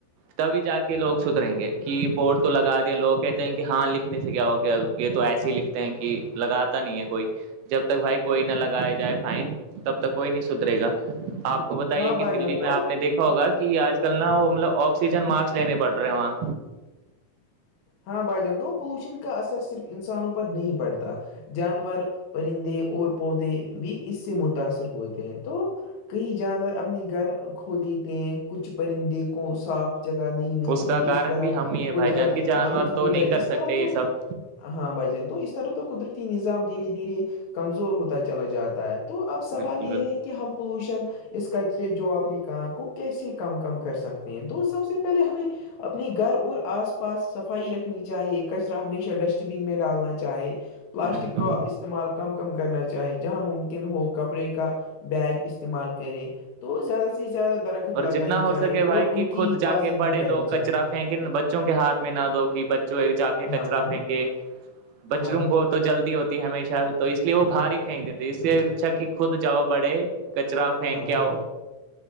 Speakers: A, on the right; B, on the left.
A: تبھی جا کے لوگ صدریں گے کہ بورڈ تو لگا دیا لوگ کہتے ہیں کہ ہاں لکھنے سے کیا ہو گ یہ تو ایسے ھی لکھتے ہیں کہ لگاتا نہیں ہے کوئی جب تک بھائی کوئی نہ لگایا جائے فائن تب تک کوئی نہیں سدھرے گا آپ وہ بتائیے
B: ہاں
A: کہ
B: بھائی
A: دللی
B: جان۔ تو
A: میں آپ نے دیکھا ہوگا کہ آج کل نا وہ مطلب آکسیجن ماسک لینے پڑ رہے ہیں وہاں
B: ہاں بھائی جان تو پولوشن کا اثر صرف انسانوں پر نہیں پڑتا جانور پرندے اور پودے بھی اس سے متاثر ہوتے ہیں تو کہئی جانور اپنے گھر کھو دیتے ہیں کچھ پرندے کو صاف جگہ نہیں ملتی
A: کا کارن
B: اس طرح
A: بھی ہم ہی ہیں
B: قدرت
A: بھائی جان کی جانور
B: مطلب کہ
A: تو
B: قدرت
A: نہیں کر
B: اس طرح
A: سکتے
B: تو
A: یہ سب
B: ہاں بھائی جان تو اس طرح تو قدرتی نظام دھیرے دھیرے کمزور ہوتا چلا جاتا ہے تو اب سوال
A: بالکل
B: یہ
A: بالکل
B: ہے کہ ہم پولوشن اس کچرے جو اپنے کہاں کو کیسے کم کم کر سکتے ہیں تو سب سے پہلے ہمیں اپنے گھر اور آس پاس صفائی رکھنی چاہیے کچرا ہمیشہ ڈسٹ بین میں ڈالنا چاہے پلاسٹک
A: بالکل
B: کا استعمال کم کم کرنا چاہے جہاں مم ہو کپڑے کا بیگ استعمال کریں تو زیادہ سے زیادہ درخت
A: اور
B: لگانے
A: جتنا ہو
B: چاہیے
A: سکے بھائی
B: اور ان
A: کہ خود
B: کی حفاظت
A: جا کے بڑے
B: بھی کرنی
A: لوگ کچرا
B: چاہیے
A: پھینکیں بچوں کے ہاتھ میں نہ دو کہ بچوں ایک جا کے کچرا
B: ہاں ہاں
A: پھینکے بچوں
B: ہاں ہاں
A: کو تو جلدی ہوتی ہے ہمیشہ تو اس لیے وہ بھاری پھینک دیتے اسے اچھا کہ خود جاؤ بڑے کچرا پھینک
B: ہاں ہاں
A: آؤ